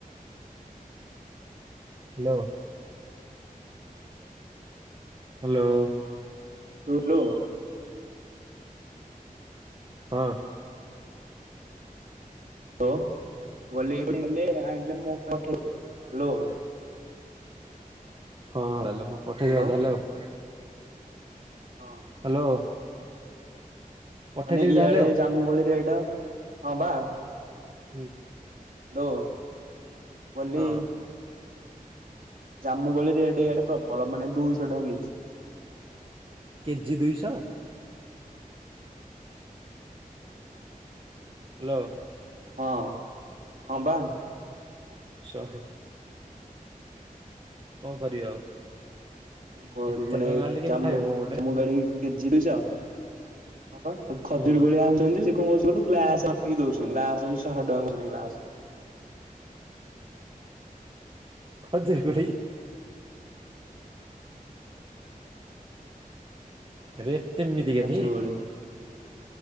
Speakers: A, on the right; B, on the right.
A: ହ୍ୟାଲୋ। ହ୍ୟାଲୋ।
B: ଟୁ ଲୁ।
A: ହଁ।
B: <unintelligible>
A: <inaudible>
B: ହ୍ୟାଲୋ
A: ହଁ ହଁ ତାହେଲେ ପଠେଇଦବା
B: ହ୍ୟାଲୋ
A: ତାହେଲେ ଆଉ।
B: ହଁ।
A: ହ୍ୟାଲୋ। ପଠେଇଦେବି
B: ମାନେ ଇଆଡେ
A: ତାହେଲେ ଆଉ।
B: ଜାମୁ କୋଳି ରେଟ ହଁ ବା।
A: ହୁଁ।
B: ହ୍ୟାଲୋ ଓନ୍ଲି
A: ହଁ।
B: ଜାମୁ କୋଳି ରେଟ ଇଆଡେ ପ୍ରବଳ ମାନେ ଦୁଇଶହ ଟଙ୍କା କେଜି।
A: କେଜି ଦୁଇଶହ। ହ୍ୟାଲୋ।
B: ହଁ ହଁ ବା।
A: ଶ ହ। କଣ କରିବା ଆଉ।
B: କ କରିବୁ
A: ଏତେ ଟଙ୍କା
B: ମାନେ
A: ହେଲେ କେମିତି
B: ଜାମୁ
A: ଖାଇବ ଗୋଟେ
B: ଜାମୁ କୋଳି କେଜି ଦୁଇ ଶହ। ହଁ ବା ଏ ଖଜୁରୀ
A: ହୁଁ
B: କୋଳି ଆହୁ <unintelligible> ଗ୍ଲାସରେ ମାପିକି ଦଉଛନ୍ତି ଗ୍ଲାସ ହଉଚି ଶହେ ଟଙ୍କା କହୁଛନ୍ତି ଗ୍ଲାସ
A: ଖଜୁରି କୋଳି ରେ ଏମିତି କେନି
B: ଖଜୁରୀ କୋଳି